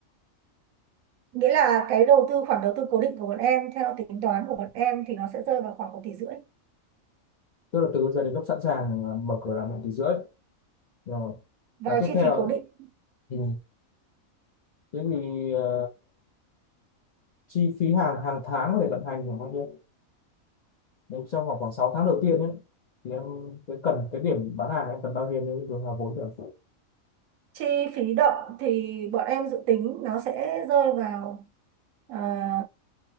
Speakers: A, on the right; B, on the left.
A: nghĩa là cái đầu tư khoản đầu tư cố định của bọn em theo tính toán của bọn em thì nó sẽ rơi vào khoảng một tỷ rưỡi
B: tức là từ bây giờ đến lúc sẵn sàng là mở cửa là một tỷ rưỡi rồi
A: vào
B: và tiếp
A: chi
B: theo
A: phí cố định
B: ừ. thế thì ờ, chi phí hàng hàng tháng có thể vận hành khoảng bao nhiêu nếu trong khoảng khoảng 6 tháng đầu tiên ấy, thì em cái cần cái điểm bán hàng em cần bao nhiêu nếu được là vốn được
A: chi phí động thì bọn em dự tính nó sẽ rơi vào à,